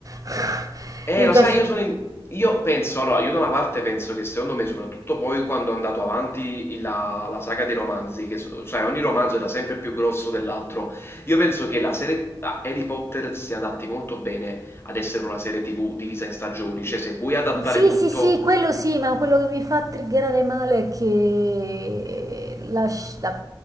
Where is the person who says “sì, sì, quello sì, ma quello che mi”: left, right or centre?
Right